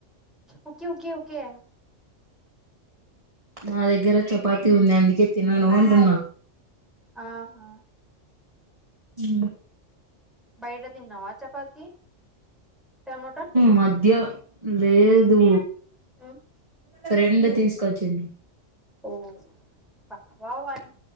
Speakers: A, in the centre; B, on the right.
A: ఓకే ఓకే ఓకే
B: నా దగ్గర చపాతి ఉంది అందుకే తినను అంటున్నా
A: ఆహా
B: ఉ
A: బయట తిన్నావా చపాతి టమోటా
B: మధ్య లేదు
A: మ్మ్
B: ఫ్రెండ్ తీసు కచ్చింది
A: ఓ బాయ్ వాని